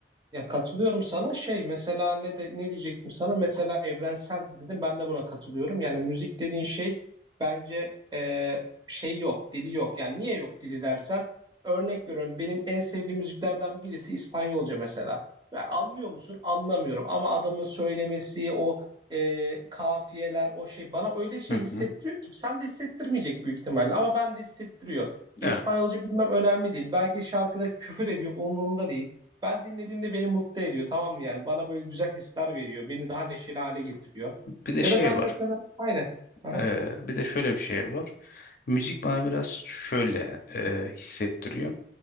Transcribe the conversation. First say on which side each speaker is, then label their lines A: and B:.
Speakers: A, on the right (about 25°); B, on the left (about 50°).
A: Ya katılıyorum sana şey mesela ne de ne diyecektim sana mesela evrenseldir dedim ben de buna katılıyorum yani müzik dediğin şey bence e, şey yok dili yok yani niye yok dili dersen örnek veriyorum benim en sevdiğim müziklerden birisi İspanyolca mesela Ya anlıyor musun anlamıyorum ama adamın söylemesi o e, kafiyeler o şey bana öyle şey
B: Hı
A: hissettiriyor
B: hı.
A: ki sen de hissettirmeyecek büyük ihtimalle ama ben de hissettiriyor İspanyolca
B: Evet.
A: bilmem önemli değil belki şarkıda küfür ediyor umurumda değil. Ben dinlediğimde beni mutlu ediyor tamam mı yani bana böyle güzel hisler veriyor beni daha neşeli hale getiriyor
B: Bir de şey
A: ya da ben
B: var.
A: mesela aynen Aha.
B: Ee, bir de şöyle bir şey var. Müzik bana biraz şöyle e, hissettiriyor.